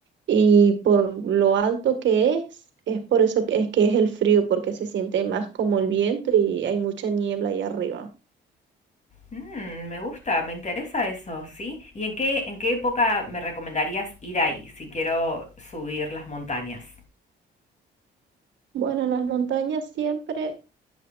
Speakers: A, on the right; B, on the left.
A: Y por lo alto que es, es por eso que es que es el frío, porque se siente más como el viento y hay mucha niebla allá arriba.
B: Mm, me gusta, me interesa eso, ¿sí? ¿Y en qué, en qué época me recomendarías ir ahí si quiero subir las montañas?
A: Bueno, las montañas siempre,